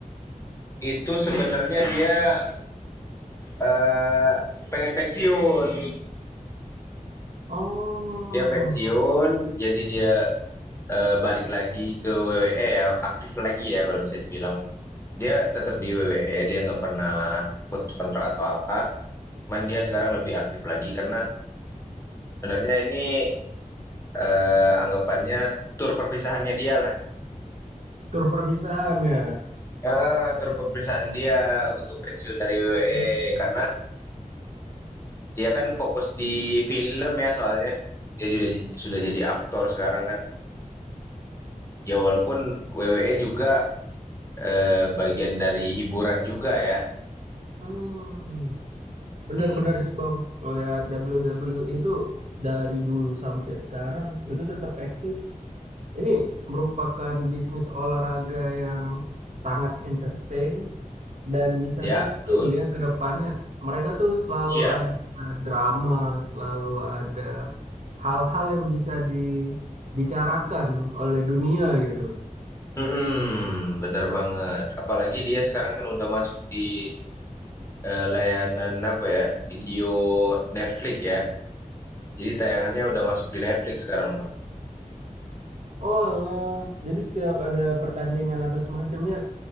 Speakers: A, on the left (about 20°); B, on the right (about 55°).
A: Itu sebenarnya dia eh, pengen pensiun.
B: Oh,
A: Dia pensiun, jadi dia eh, balik lagi ke WWE ya, aktif lagi ya kalau bisa dibilang Dia tetap di WWE, dia nggak pernah putus kontrak atau apa. Cuman dia sekarang lebih aktif lagi karena sebenarnya ini eh, anggapannya tur perpisahannya dia lah gitu.
B: tur perpisahan ya.
A: Ah, tur perpisahan dia untuk pensiun dari WWE karena dia kan fokus di film ya soalnya. Dia sudah sudah jadi aktor sekarang kan. Ya walaupun WWE juga eh, bagian dari hiburan juga ya.
B: Hmm, benar-benar
A: Hmm.
B: sih, Bang. Ngeliat WWE itu dari dulu sampai sekarang itu tetap eksis. Ini merupakan bisnis olahraga yang sangat entertain dan bisa
A: Ya,
B: sustain
A: betul.
B: ya ke depannya. Mereka tuh selalu
A: Iya.
B: ada drama, selalu ada hal-hal yang bisa dibicarakan oleh dunia gitu.
A: Mhm, bener banget. Apalagi dia sekarang kan udah masuk di, eee, layanan apa ya, video Netflix ya. Jadi tayangannya udah masuk di Netflix sekarang, Bang.
B: Oh, jadi setiap ada pertandingan atau semacamnya